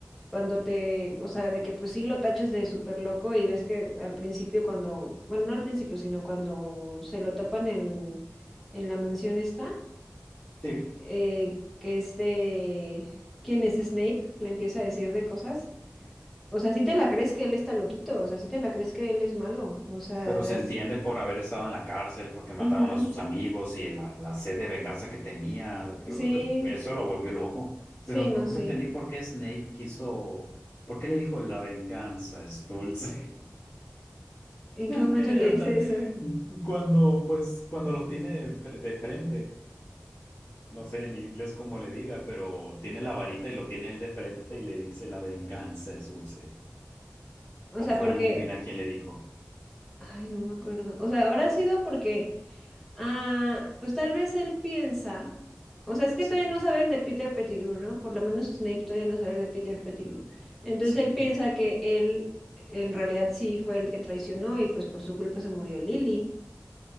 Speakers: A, in the centre; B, on the left.
A: cuando te, o sea, de que pues sí lo taches de súper loco y ves que al principio cuando, bueno, no al principio, sino cuando se lo tapan en, en la mansión esta,
B: Sí,
A: eh, que este, ¿quién es Snape? Le empieza a decir de cosas. O sea, sí te la crees que él está loquito, o sea, sí te la crees que él es malo, o sea,
B: pero
A: das-
B: se entiende por haber estado en la cárcel, porque mataron
A: Ujú.
B: a sus amigos y la, la sed de venganza que tenía. Yo
A: Sí,
B: creo que eso lo volvió loco.
A: sí,
B: Pero nunca
A: no sé.
B: entendí por qué Snape quiso, por qué le dijo la venganza es dulce. <laughs>
A: ¿En
B: Idiota.
A: qué momento le dice eso?
B: Cuando, pues, cuando lo tiene de fre- de frente. No sé en inglés cómo le diga, pero tiene la varita y lo tiene él de frente y le dice la venganza es dulce. ¿O
A: O sea,
B: fue
A: porque...
B: a Lupina quien le dijo?
A: Ay, no me acuerdo. O sea, habrá sido porque, ah, pues tal vez él piensa, o sea, es que
B: Sí,
A: todavía no saben de Peter Pettigrew, ¿no? Por lo menos Snape todavía no sabe de Peter Pettigrew. Entonces
B: sí.
A: él piensa que él en realidad sí fue el que traicionó y pues por su culpa se murió Lily,